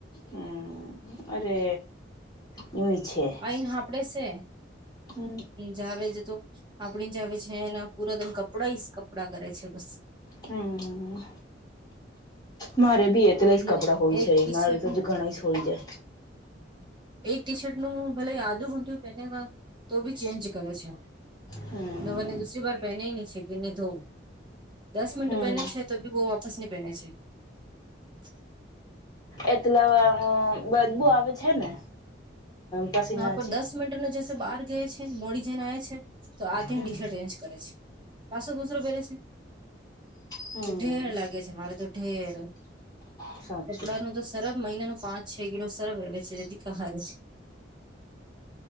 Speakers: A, on the left; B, on the right.
A: હમ, અરે ય છે.
B: લનડે છે,
A: હમ
B: જાવજ તું. આપડી જ આવે છે, એના પૂરાદમ કપડા કપડાં કરે છે, બસ.
A: હમ, મારે બી કેલાય જ કપડાં
B: ને
A: હોય
B: એક
A: છે,
B: ટી
A: મારે
B: શર્ટ
A: તો જ ગણા હોય જાય.
B: એક ટી શર્ટ નું ભલે, આદું ઘૂટું પહેને તો બી ચેન્જ કરે છે.
A: હમ
B: ના ભને દુસરી બર. પેને નહી છે, કે નહી, ધોવ દસ મિનટ
A: હમ
B: પહેને છે, તો બી બો વાપસ નહીં પહેને છે. <unintelligible>
A: એટલે બધું આવે છે ને. પસીના
B: હા, પણ
A: છે
B: દસ મિનિટને જશે બહાર ગયા છે, મોડી જેને આ છે. તો આથીન
A: હમ
B: ટી શર્ટ રેન્જ કરે છે, પાછો દુસરો પહેરે છે.
A: હમ
B: તો ઢેર લાગે છે, મારે તો ઢેર
A: સાચી
B: કપડાનું તો સરમ મહિનાનું પાંચ. છે, કિલો સરવેવે છે, જે દીક હારે છે.